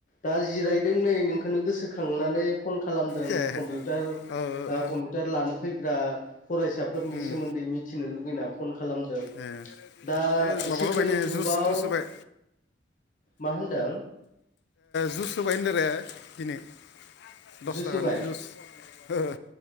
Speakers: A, on the left; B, on the left.
A: दा जिरायदों नै नोंखौनो गोसोखांनानै फन खालामदों
B: ए
A: कम्पिउार। टार
B: ओ ओ ओ
A: कमपिउ। टार लानो फैग्रा फरायसाफोरनि
B: उम
A: सोमोन्दै मिथिनो लुगैना फन खालामदों।
B: ए
A: दा
B: ओइ माबा
A: सेकेणड
B: होबाय नै
A: ग्रुपआव
B: जुस थुस होबाय
A: मा होनदों।
B: जुस होबाय होन द आरो दिनै। दस
A: जुसोबाय
B: थाखानि जुस ओ